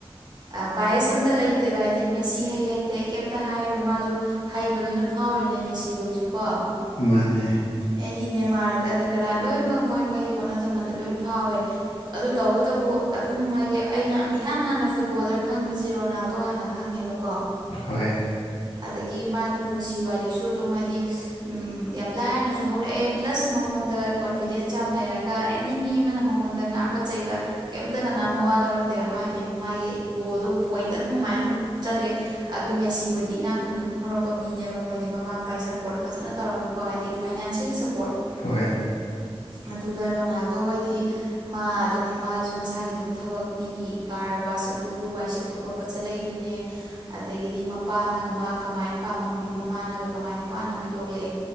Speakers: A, on the right; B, on the left.
A: ꯑ ꯕꯥꯏꯁ ꯑꯝꯇ ꯂꯩꯇꯦ ꯍꯥꯏꯗꯤ ꯃꯦꯁꯤ ꯍꯩ ꯍꯩꯇꯦ ꯑꯩ ꯀꯩꯝꯇ ꯍꯥꯏꯔꯣꯏ ꯃꯥꯁꯨ ꯍꯩꯕꯗꯨꯅ ꯐꯥꯎꯔꯤꯦꯅꯦ ꯃꯦꯁꯤ ꯍꯣꯏꯁꯨ ꯀꯣ
B: ꯃꯥꯅꯦ
A: ꯑꯦꯅꯤ ꯅꯦꯃꯥꯔ ꯀꯔꯤ ꯀꯔꯥ ꯂꯣꯏꯅꯃꯛ ꯃꯣꯏ ꯃꯣꯏꯒꯤ ꯍꯣꯠꯅꯖꯃꯟꯗ ꯂꯣꯏꯅ ꯐꯥꯎꯋꯦ ꯑꯗꯨ ꯇꯧꯕꯇꯕꯨ ꯑꯗꯨꯝ ꯍꯥꯏꯗꯤ ꯑꯩꯅ ꯏꯍꯥꯟ ꯍꯥꯟꯅ ꯐꯨꯠꯕꯣꯂꯔ ꯈꯪꯕꯁꯤ ꯔꯣꯅꯥꯜꯗꯣ ꯍꯥꯟꯅ ꯈꯪꯉꯦꯕꯀꯣ
B: ꯍꯣꯏ
A: ꯑꯗꯒꯤ ꯃꯥꯒꯤ ꯄꯨꯟꯁꯤ ꯋꯥꯔꯤꯁꯨ ꯑꯗꯨꯝ ꯍꯥꯏꯗꯤ ꯌꯥꯝ ꯂꯥꯏꯅꯁꯨ ꯍꯧꯔꯛꯑꯦ ꯄ꯭ꯂꯁ ꯃꯉꯣꯟꯗ ꯀꯣꯟꯐꯤ ꯂꯩꯔ ꯑꯦꯅꯤ ꯃꯤ ꯑꯃꯅ ꯃꯉꯣꯟꯗ ꯉꯥꯡꯕ ꯆꯩꯕ ꯀꯩꯝꯇ ꯀꯅꯥ ꯃꯋꯥ ꯂꯧꯔꯛ ꯑ ꯃꯥꯒꯤꯕꯨ ꯃꯥꯒꯤ ꯒꯣꯜꯗꯣ ꯄꯣꯏꯟꯗ ꯑꯗꯨꯝ ꯑꯗꯨꯃꯥꯏꯅ ꯑꯗꯨꯝ ꯆꯠꯂꯦ ꯑꯗꯣ ꯃꯦꯁꯤ ꯍꯣꯏꯗꯤ ꯏꯅꯥꯛ ꯈꯨꯟ ꯑꯗꯨꯝ ꯍꯧꯔꯛꯄ ꯄꯄ ꯃꯤꯅꯦꯕ ꯃꯣꯏꯗꯤ ꯃꯃꯥ ꯃꯄꯥ ꯁꯞꯄꯣꯔꯠ ꯐꯖꯅ ꯇꯧꯔꯒꯀꯣ ꯍꯥꯏꯗꯤ ꯐꯥꯏꯅꯥꯟꯁꯦꯜꯂꯤ ꯁꯞꯄꯣꯔꯠ
B: ꯍꯣꯏ
A: ꯑꯗꯨꯒ ꯔꯣꯅꯥꯜꯗꯣ ꯍꯣꯏꯗꯤ ꯃꯥ ꯑꯗꯨꯝ ꯃꯥꯁꯨ ꯃꯁꯥꯒꯤ ꯑꯗꯨꯝ ꯊꯕꯛ ꯃꯤꯒꯤ ꯀꯥꯔ ꯋꯥꯆ ꯑꯗꯨꯗ ꯋꯥꯏ ꯁꯤꯠꯄ ꯈꯣꯠꯄ ꯆꯠꯂꯏꯗꯨꯅꯦ ꯑꯗꯒꯤꯗꯤ ꯃꯄꯥꯅꯒ ꯃꯥ ꯀꯃꯥꯏꯅ ꯄꯥꯝꯃꯝꯃꯤ ꯃꯃꯥꯅꯒ ꯀꯃꯥꯏꯅ ꯋꯥꯅ ꯌꯣꯛꯂꯛꯑꯦ